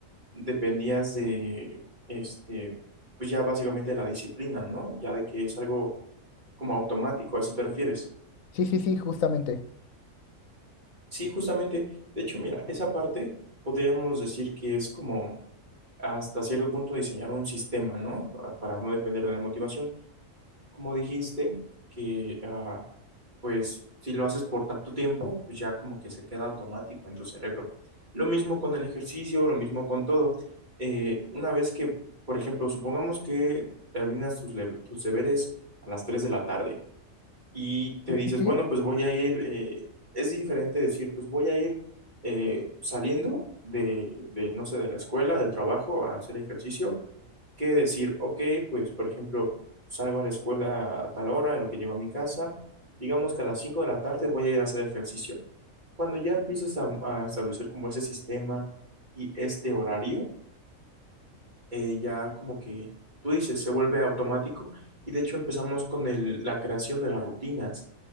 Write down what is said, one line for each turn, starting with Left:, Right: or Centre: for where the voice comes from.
Right: dependías de, este, pues ya básicamente la disciplina, ¿no? Ya de que es algo como automático, ¿a eso te refieres?
Left: Sí, sí, sí, justamente.
Right: Sí, justamente, de hecho, mira, esa parte podríamos decir que es como hasta cierto punto diseñar un sistema, ¿no? Ah, Para no depender de la motivación. como dijiste, que ah, pues si lo haces por tanto tiempo, pues ya como que se queda automático en tu cerebro. Lo mismo con el ejercicio, lo mismo con todo. Eh, una vez que, por ejemplo, supongamos que terminas tus, le- tus deberes a las 3 de la tarde y te
Left: Sí,
Right: dices,
Left: sí, sí.
Right: bueno, pues voy a ir, eh, es diferente decir, pues voy a ir eh, saliendo de, de, no sé, de la escuela, del trabajo, a hacer ejercicio que decir, ok, pues por ejemplo, salgo a la escuela a tal hora, en lo que llego a mi casa, digamos que a las 5 de la tarde voy a ir a hacer ejercicio. Cuando ya empiezas a, a establecer como ese sistema y este horario, eh, ya como que tú dices, se vuelve automático y de hecho empezamos con el- la creación de las rutinas.